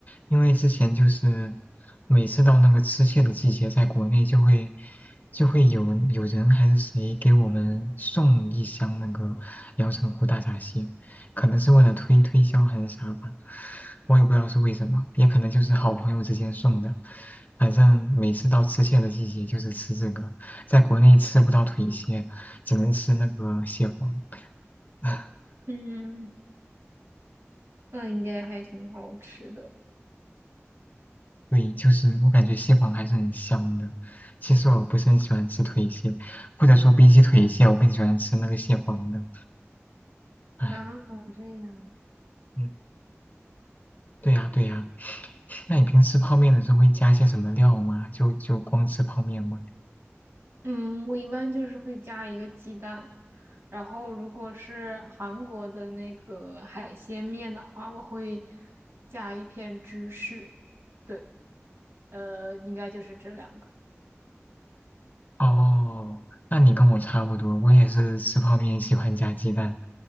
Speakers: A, on the left; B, on the right.
A: 因为之前就是每次到那个吃蟹的季节，在国内就会就会有有人还是谁给我们送一箱那个阳澄湖大闸蟹，可能是为了推推销还是啥吧，我也不知道是为什么，也可能就是好朋友之间送的。反正每次到吃蟹的季节就是吃这个，在国内吃不到腿蟹，只能吃那个蟹黄。<laughs>
B: 嗯，那应该还挺好吃的。
A: 对，就是我感觉蟹黄还是很香的。其实我不是很喜欢吃腿蟹，或者说比起腿蟹，我更喜欢吃那个蟹黄的。哎，
B: 啊，这样。
A: 嗯，对呀，对呀。那你平时泡面的时候会加些什么料吗？就就光吃泡面吗？
B: 嗯，我一般就是会加一个鸡蛋，然后如果是韩国的那个海鲜面的话，我会加一片芝士。对，呃，应该就是这两个。
A: 哦，那你跟我差不多，我也是吃泡面喜欢加鸡蛋，